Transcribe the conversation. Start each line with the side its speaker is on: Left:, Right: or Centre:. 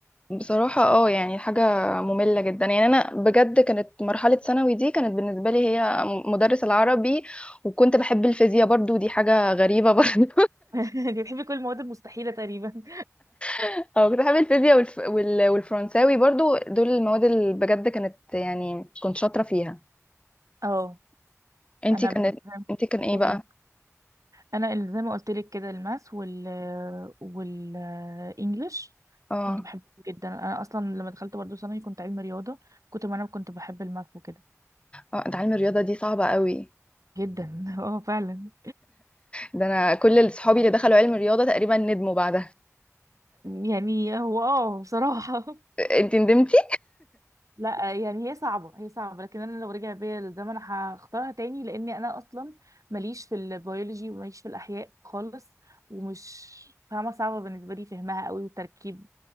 Left: بصراحه اه يعني حاجه ممله جدا يعني انا بجد كانت مرحله ثانوي دي كانت بالنسبه لي هي م- مدرس العربي وكنت بحب الفيزياء برضو دي حاجه غريبه برضو
Right: <laughs> انت بتحبي كل المواد المستحيلة تقريبا
Left: <laughs> اه كنت بحب الفيزياء والف... وال... والفرنساوي برضو دول المواد اللي بجد كانت يعني كنت شاطره فيها
Right: اه
Left: انتي
Right: انا
Left: كانت
Right: ب-
Left: انتي كان ايه
Right: قولي
Left: بقى
Right: انا اللي زي ما قلت لك كده الماس وال والانجليش
Left: اه
Right: كنت بحبهم جدا انا اصلا لما دخلت برضه ثانوي كنت علمي رياضه كنت ما انا كنت بحب الماث وكده
Left: اه ده علم الرياضه دي صعبه قوي
Right: جدا <laughs> اه فعلا
Left: ده انا كل اللي صحابي اللي دخلوا علم الرياضه تقريبا ندموا بعدها
Right: يعني هو اه بصراحه
Left: انت ندمتي
Right: لا يعني هي صعبة هي صعبة لكن أنا لو رجع بيا للزمن هختارها تاني لأني أنا أصلا ماليش في البيولوجي وماليش في الأحياء خالص ومش فاهمة صعبة بالنسبة لي فهمها قوي والتركيب